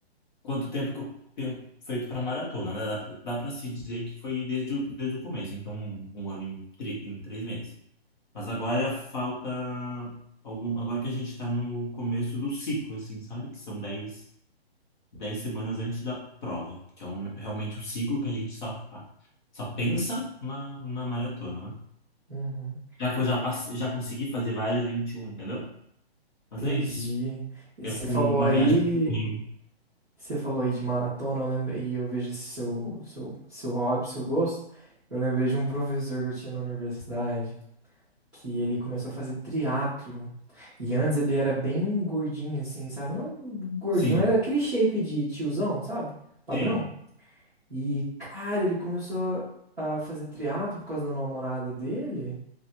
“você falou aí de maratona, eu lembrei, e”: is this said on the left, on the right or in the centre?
Centre